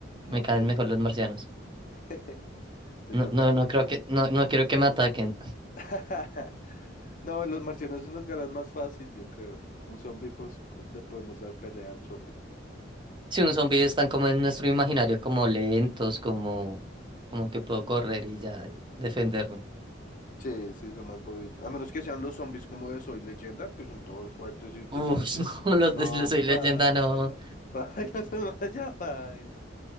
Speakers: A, on the right; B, on the left.
A: Me
B: Más
A: caen
B: pen.
A: mejor los marcianos.
B: <laughs> Te
A: No,
B: toca.
A: no, no creo que, no, no quiero que me ataquen.
B: <laughs> No, los marcianos sí nos ganan más fácil, yo creo. Un zombie, pues le podemos dar pelea al zombie.
A: Si un zombie están como en nuestro imaginario, como lentos, como, como que puedo correr y ya y defenderme.
B: Sí, sí, son más bobitos. A menos que sean los zombies como de Soy Leyenda, que son todos fuertes e inteligentes.
A: Uf, <laughs> no, los
B: No,
A: de Soy Leyenda
B: paila.
A: no.
B: <laughs> Paila, son más <laughs> ya paila.